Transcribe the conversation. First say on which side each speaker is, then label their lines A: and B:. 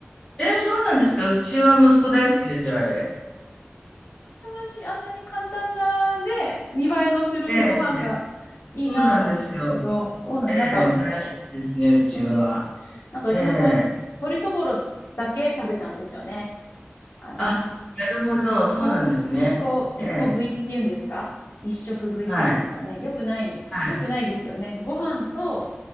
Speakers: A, on the left (about 25°); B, on the left (about 80°).
A: えーそうなんですか。うちは息子大好きですよ、
B: <laughs> うん、羨
A: あれ。
B: ましい。あんなに簡単な、で、見栄えのするご飯が
A: ええ
B: いいなと思うんですけど、
A: そうなんですよ。
B: そうなん、
A: ええ、
B: なんか、
A: 大好きですね、うちは。
B: うん、なんかうちの子、
A: ええ。
B: あの、鶏そぼろだけ食べちゃうんですよね。あの、
A: あ、なるほど、そうなんですね。
B: の、一個、一個食いっていうんですか一食食いっていうんですかね。
A: ええ、はい、
B: よくない、
A: はい、
B: よくないですよね。ご飯と